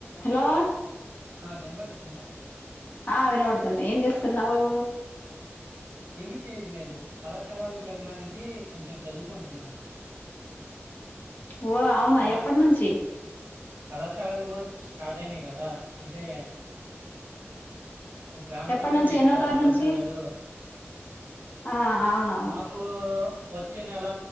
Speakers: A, on the left; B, on the right.
A: <inaudible> Hello
B: ఆ వినబడుతుందా
A: ఆ వినపడుతుంది ఏం చేస్తున్నావు
B: ఏమి చేయట్లేదు కళాశాలకు వెళ్ళడానికి కొంచెం చదువుకుంటున్నాను
A: ఓ అవునా
B: కళా
A: ఎప్పటనుంచి
B: కళాశాలలు కూడా స్టార్ట్ అయిన్ కదా అ అంటే ప్రారంభం
A: ఎప్పటి
B: అయినాయి
A: నుంచి ఎన్నో
B: కదా
A: తారీఖు
B: కళాశాలలు
A: నుంచి ఆ అవునవును
B: మాకు వచ్చే నెల